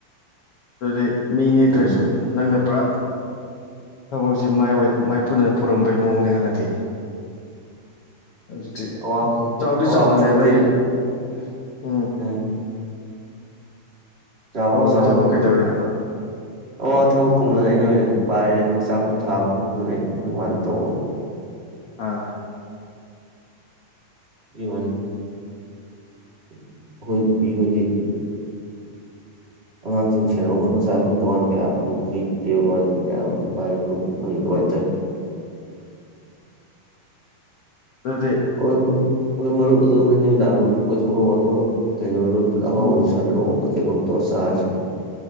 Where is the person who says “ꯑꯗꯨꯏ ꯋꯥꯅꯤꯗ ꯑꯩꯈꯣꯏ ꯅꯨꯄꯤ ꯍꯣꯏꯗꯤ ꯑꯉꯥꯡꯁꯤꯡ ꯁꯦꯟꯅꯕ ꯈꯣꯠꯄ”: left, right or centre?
Right